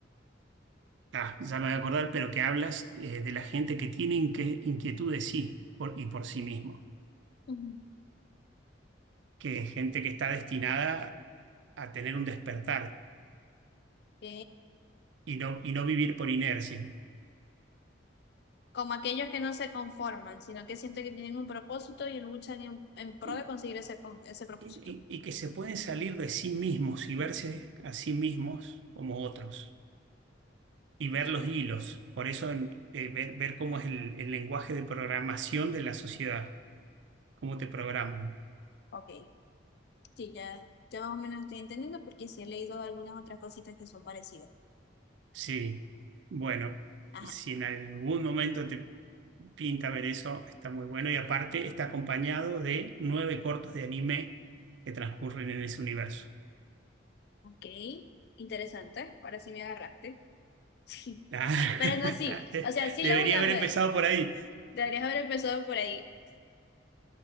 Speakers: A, on the right (about 70°); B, on the left (about 55°).
A: ah, ya me voy a acordar, pero que hablas eh, de la gente que tiene inque- inquietud de sí por- y por sí mismo,
B: Ujú.
A: que es gente que está destinada a tener un despertar
B: ¿ok?
A: y no, y no vivir por inercia,
B: Como aquellos que no se conforman, sino que sienten que tienen un propósito y luchan en, en pro
A: y,
B: de conseguir ese, con- ese propósito.
A: y- y- que se pueden salir de sí mismos y verse a sí mismos como otros y ver
B: Sí.
A: los hilos. Por eso en- eh, ver, ver cómo es el, el lenguaje de programación de la sociedad, cómo te programan.
B: Ok, sí, ya, ya más o menos estoy entendiendo porque sí he leído algunas otras cositas que son parecidas.
A: Sí, bueno,
B: Ajá,
A: si en algún momento te pinta ver eso, está muy bueno. Y aparte está acompañado de nueve cortos de anime que transcurren en ese universo.
B: ok. Interesante. Ahora sí me agarraste. <laughs>
A: Ah,
B: Pero
A: <laughs>
B: no, sí,
A: de-
B: o sea, sí
A: debería
B: la voy a
A: haber
B: ver.
A: empezado por ahí.
B: Deberías haber empezado por ahí.